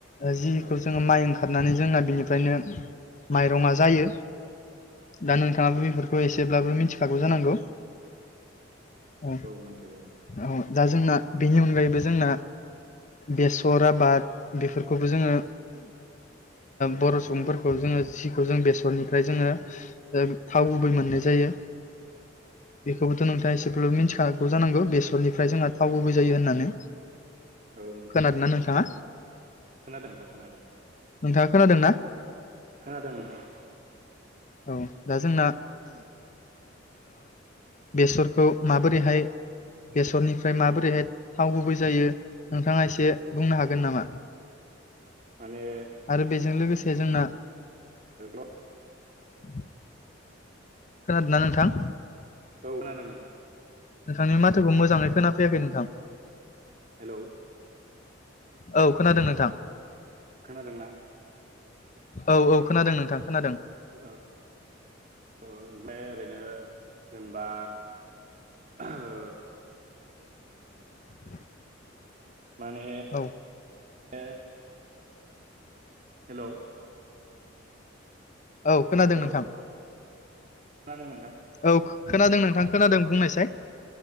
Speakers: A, on the left; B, on the right.
A: जिखौ
B: औ
A: जोङो माइ ओंखार ओंरनानै जोंना बिनिफ्रायनो माइरं जायो दा नोंथाङाबो बेफोरखौ एसे जेब्लाबो मिथिखागौ
B: औ
A: जानांगौ औ
B: मिथिगौ मिथिगौ
A: औ दा जोंना बेनि अनगायैबो जोंना बेसर आबाद बेफोरखौबो जोङो।
B: औ
A: बर' सुबुंफोरखौ जोङो। जिखौ जों बेसरनिफ्राय जोङो थाव गुबै मोननाय जायो। बेखौबोथ'
B: औ
A: नोंथाङा एसेब्लााबबो मिथिखागौ जानांगौ बेसरनिफ्राय जोंहा
B: मिथिगौ
A: थाव गुबै
B: नोंथां
A: जायो
B: मिथिगौ
A: होननानै
B: औ मिथिगौ
A: खोनादोंना
B: नोंथां
A: नोंथाङा।
B: खोनादों नोंथां खोनादों
A: नोंथाङा खोनादोंना।
B: खोनादों नोंथां
A: औ दा जोंना बेसरखौ माबोरैहाय बेसरनिफ्राय माबोरैहाय
B: औ
A: थाव गुबै जायो। नोंथाङा एसे
B: औ
A: बुंनो हागोन नामा।
B: माने।
A: आरो बेजों लोगोसे जोंना।
B: ओं।
A: <inaudible> खोनादोंना नोंथां।
B: औ खोनादों नोंथां।
A: नोंथांनि माथोखौ मोजाङै खोनाफैयाखै नोंथां।
B: हेलौ
A: औ खोनादों नोंथां।
B: खोनादोंना?
A: औ औ खोनादों नोंथां। खोनादों
B: ओ ओ जाय ओरैनो जेनेबा ओ
A: <inaudible>
B: माने
A: औ
B: ए हेलौ!
A: औ खोनादों
B: हेलौ
A: नोंथां।
B: खोनादों नोंथां
A: औ खो खोनादों नोंथां खोनादों बुंनायसाय।